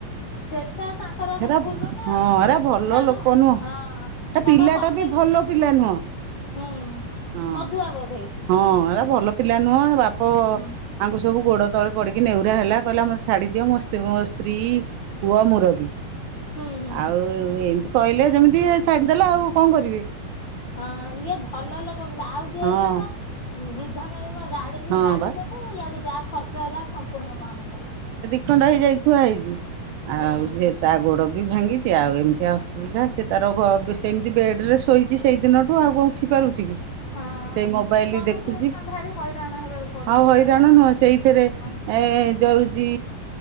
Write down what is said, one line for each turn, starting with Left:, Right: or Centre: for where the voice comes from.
Left: ସେଟା ତାଙ୍କର
Right: ହେରା
Left: ଭୁଲ ନା
Right: ହଁ ହେରା ଭଲ
Left: ତାଙ୍କ
Right: ଲୋକ ନୁହଁ।
Left: ହଁ
Right: ତା
Left: ତାଙ୍କ
Right: ପିଲାଟା
Left: କର୍ତ୍ତ
Right: ବି ଭଲ ପିଲା ନୁହଁ।
Left: ହୁଁ
Right: ହଁ
Left: ମଦୁଆ ବୋଧେ।
Right: ହଁ ଏରା ଭଲ ପିଲା ନୁହଁ। ବାପ
Left: ହୁଁ
Right: ଆଙ୍କୁ ସବୁ ଗୋଡ ତଳେ ପଡିକି ନେହୁରା ହେଲା କହିଲା ମୋତେ ଛାଡ଼ିଦିଅ ମୋ ସ୍ତ ମୋ ସ୍ତ୍ରୀ ପୁଅ ମୁରବି।
Left: ହୁଁ ହୁଁ
Right: ଆଉ ଏମତି କହିଲେ ଯେମିତି ଇଏ ଛାଡିଦେଲା ଆଉ କଣ କରିବେ।
Left: ହଁ ଇଏ ଭଲ ଲୋକ ବୋଲି ଆଉ ଯିଏ
Right: ହଁ
Left: ହେଇଥାନ୍ତା ବିଧା ମାରି ମୋ ଗାଡି
Right: ହଁ
Left: ଗାଡି
Right: ବା
Left: ଦେବୁ ଇଆଡେ ଯାହା ଖର୍ଚ୍ଚ ହେଲା ସମ୍ପୂର୍ଣ୍ଣ ବହନ କରିବୁ।
Right: ଖଣ୍ଡ ହେଇଯାଇ ଥୁଆ ହେଇଛି।
Left: ହୁଁ
Right: ଆଉ ସିଏ ତା ଗୋଡ ବି ଭାଙ୍ଗିଛି ଆଉ ଏମିତି ଆ ସୁବିଧା ସେ ତାର ଘ ସେମିତି ବେଡରେ ଶୋଇଛି ସେଇ ଦିନଠୁ ଆଉ କଣ ଉଠି ପାରୁଛି କି।
Left: ହଁ
Right: ସେଇ ମୋବାଇଲ
Left: ତମକୁ
Right: ଦେଖୁଛି
Left: ଏଇଖୁଣା ଭାରି ହଇରାଣ ହେବାକୁ ପଡୁଥିବ
Right: ଆଉ ହଇରାଣ
Left: ନା
Right: ନୁହଁ ସେଇଥିରେ
Left: ହଁ
Right: ଏ ଯୋଉ ଚି